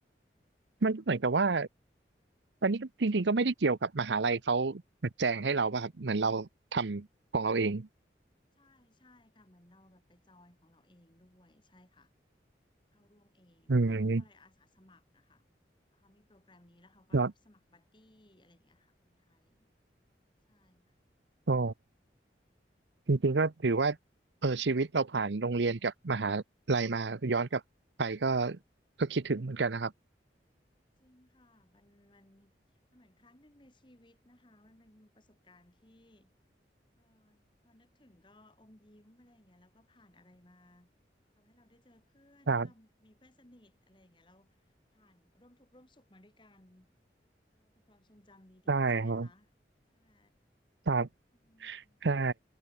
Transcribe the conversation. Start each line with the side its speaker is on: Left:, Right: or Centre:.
Right: ๆ มันก็เหมือนกับว่าอันนี้ก็จริงๆก็ไม่ได้เกี่ยวกับมหาลัยเขาแจงให้เราป่ะครับเหมือนเราทำของเราเอง
Left: ใช่ใช่ค่ะเหมือนเราแบบไปจอยของเราเองด้วยใช่ค่ะ เข้าร่วมเองแบบเขาเรียกว่าอะไรอาสาสมัครอะค่ะ
Right: อืม
Left: เขามีโปรแกรมนี้แล้วเขาก็รับสมัครบัดดี้อะไรอย่างเงี้ยค่ะคนไทย
Right: ครับ
Left: ใช่ค่ะ
Right: อ๋อจริงๆก็ถือว่าเออชีวิตเราผ่านโรงเรียนกับมหาลัยมา ย้อนกลับไปก็ก็คิดถึงเหมือนกันนะครับ
Left: จริงค่ะมันมันมันเหมือนครั้งหนึ่งในชีวิตนะคะมันเป็นประสบการณ์ที่เอ่อพอนึกถึงก็อมยิ้มอะไรอย่างเงี้ยแล้วก็ผ่านอะไรมาทำให้เราได้เจอเพื่อนได้เรามีเพื่อนสนิทอะไรอย่างเงี้ยเรา
Right: ครับ
Left: ผ่านร่วมทุกข์ร่วมสุขมาด้วยกันเออเป็นความทรงจำดีๆใช่ไหมคะ
Right: ได้ครับ
Left: ใช่ไหม
Right: ครับ
Left: อืม
Right: ใช่